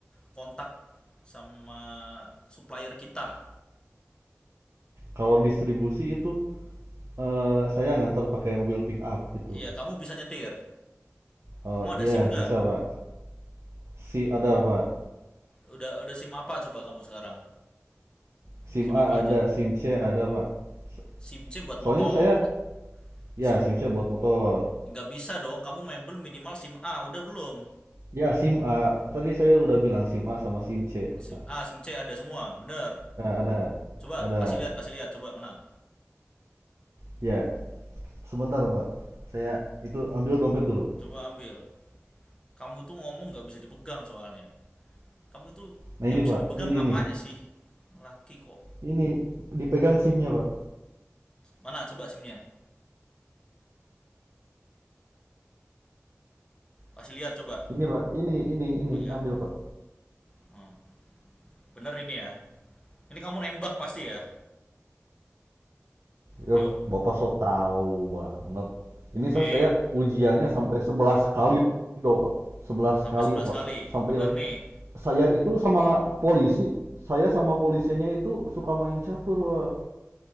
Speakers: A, on the left; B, on the right.
A: kontak sama supplier kita.
B: Kalau distribusi itu, eee, saya ngantar pakai mobil pick up gitu.
A: Iya, kamu bisa nyetir.
B: Oh,
A: Kamu ada
B: iya
A: SIM nggak?
B: bisa, Pak. Si ada, Pak.
A: Udah udah SIM apa coba kamu sekarang?
B: SIM
A: SIM
B: A
A: apa
B: ada,
A: aja?
B: SIM C ada, Pak. So
A: SIM C buat
B: soalnya
A: motor.
B: saya
A: SIM
B: ya SIM C buat motor.
A: nggak bisa dong, kamu Mebel minimal SIM A, udah belum?
B: Ya SIM A, tadi saya udah bilang SIM A sama SIM C,
A: Oh, SIM
B: Pak.
A: A, SIM C ada semua, bener.
B: Ya ada
A: Coba
B: ada.
A: kasih lihat, kasih lihat, coba mana?
B: Ya, sebentar, Pak. Saya itu ambil dompet dulu, Pak.
A: Coba ambil. Kamu tuh ngomong nggak bisa dipegang soalnya. Kamu tuh
B: Nah ini
A: yang bisa
B: Pak,
A: dipegang
B: ini
A: apanya
B: nih,
A: sih? Laki kok.
B: ini dipegang SIM-nya Pak.
A: Mana coba simnya? Kasih lihat coba.
B: Ini Pak, ini ini ini
A: Oh ya.
B: ambil Pak.
A: Hmm. Bener ini ya. Ini kamu nembak pasti ya.
B: Yo,
A: Yo.
B: Bapak so tahu banget. Ini
A: Eh,
B: saya ujiannya sampai 11 kali doh Pak. 11
A: sampai
B: kali
A: 11
B: oh, Pak.
A: kali.
B: Sampai
A: Bener nih.
B: saya itu sama polisi, saya sama polisinya itu suka main catur Pak.